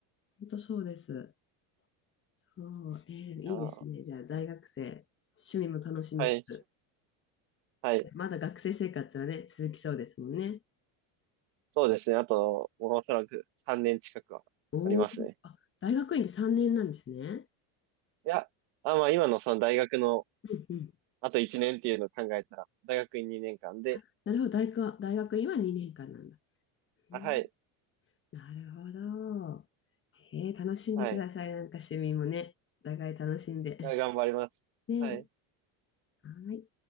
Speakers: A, on the left (about 30°); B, on the right (about 70°).
A: 本当そうです。そう、えーいいですね。
B: いやー
A: じゃあ、大学生、趣味も楽しみつつ。
B: はい。はい。
A: まだ学生生活はね、続きそうですもんね。
B: そうですね。あと、もうおそらく3年近くはありますね。
A: おお、あ、大学院で3年なんですね。
B: いや、あ、まあ今のその大学の
A: うんうん。
B: あと1年っていうのを考えたら、大学院2年間で、
A: あ、なるほど、大学、大学院は2年間なんだ。
B: あ、
A: うん、
B: はい。
A: なるほど。へえ、楽しんでください。
B: はい。
A: なんか趣味もね、お互い楽しんで。<laughs>
B: いや頑張ります。
A: ね、
B: はい。
A: はい。